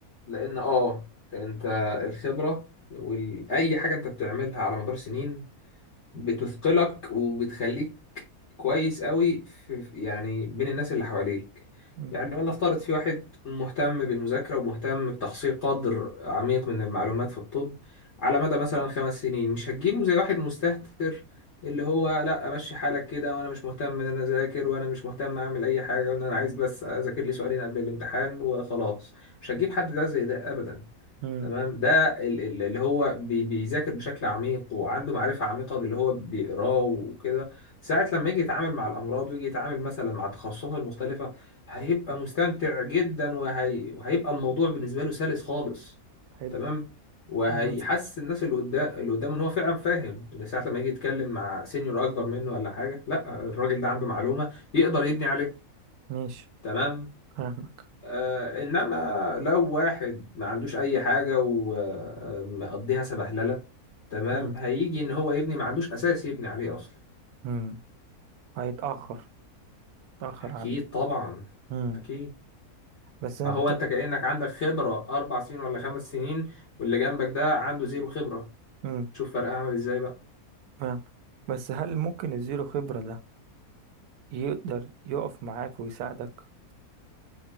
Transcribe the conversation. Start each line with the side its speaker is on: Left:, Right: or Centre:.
Left: لان اه انت الخبرة واي حاجة انت بتعملها على مدار سنين بتثقلك وبتخليك كويس قوي في في- يعني بين الناس اللي حواليك
Right: مم.
Left: يعني ولنفترض في واحد مهتم بالمذاكرة ومهتم بتحصيل قدر عميق من المعلومات في الطب على مدى مثلا خمس سنين مش هتجيبه زي واحد مستهتر اللي هو لا امشي حالك كده وانا مش مهتم ان انا اذاكر وانا مش مهتم اعمل اي حاجة وان انا عايز بس اذاكر لي سؤالين قبل الامتحان وخلاص مش هتجيب حد ده زي ده ابدا
Right: مم.
Left: تمام ده ال- ال- اللي هو بي- بيذاكر بشكل عميق وعنده معرفة عميقة باللي هو بيقراه وكده ساعة لما يجي يتعامل مع الأمراض ويجي يتعامل مثلا مع تخصصاته المختلفة هيبقى مستمتع جدا وهي... وهيبقى الموضوع بالنسبة له سلس خالص
Right: حلو
Left: تمام وهيحسس
Right: تمام.
Left: الناس اللي قدام اللي قدامه ان هو فعلا فاهم اللي ساعة لما يجي يتكلم مع سينيور اكبر منه ولا حاجة لا الراجل ده عنده معلومة يقدر يبني عليها
Right: ماشي
Left: تمام
Right: فاهمك
Left: آه، انما لو واحد ما عندوش اي حاجه ومقضيها سبهلله تمام
Right: مم.
Left: هيجي ان هو يبني ما عندوش اساس يبني عليه اصلا
Right: مم. هيتأخر تأخر
Left: اكيد
Right: عنه
Left: طبعا
Right: مم.
Left: اكيد
Right: بس انت
Left: فهو انت كانك عندك خبره اربع سنين ولا خمس سنين واللي جنبك ده عنده زيرو خبره
Right: امم
Left: شوف فرق عامل ازاي بقى
Right: فاهم بس هل ممكن الزيرو خبرة ده يقدر يقف معاك ويساعدك